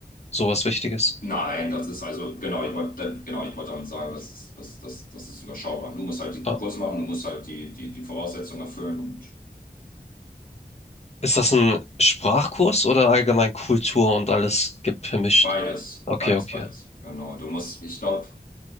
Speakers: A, on the left (about 40°); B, on the left (about 60°).
A: sowas Wichtiges.
B: Nein, das ist also, genau, ich wollte, genau, ich wollte damit sagen, das ist, das, das, das ist überschaubar. Du musst halt diesen
A: Ah,
B: Kurs machen, du musst halt die, die, die Voraussetzungen erfüllen und
A: Ist das ein Sprachkurs oder allgemein Kultur und alles ge- vermischt?
B: beides,
A: Okay,
B: beides,
A: okay.
B: beides. Genau, du musst, ich glaube,